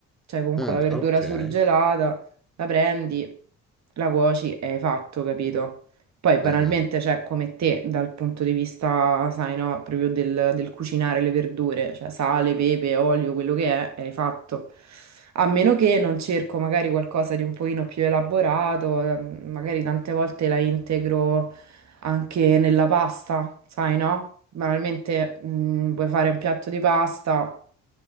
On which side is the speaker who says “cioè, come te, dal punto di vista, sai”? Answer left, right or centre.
Right